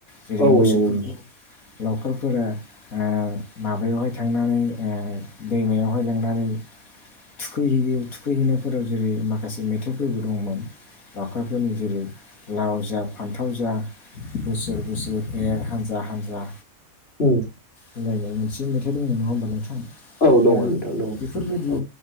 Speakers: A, on the left; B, on the left.
A: जेरै
B: औ
A: मोसौफोरखौ
B: नंगौ नोंथां
A: लावखारफोरा ओ माबायावहाय थांनानै ओ दैमायावहाय लांनानै थुखै हैयो थुखैहैनायफोराव जेरै माखासे मेथाइफोरबो दंमोन लावखारफोरनि जेरै लाव जा फान्थाव जा बोसोर बोसोर एर हानजा हानजा
B: औ
A: मिलायनाय मोनसे मेथाइ दंमोन नङा ओमबा नोंथां
B: औ दङ
A: दा
B: नोंथां दङ
A: बेफोरबायदि
B: औ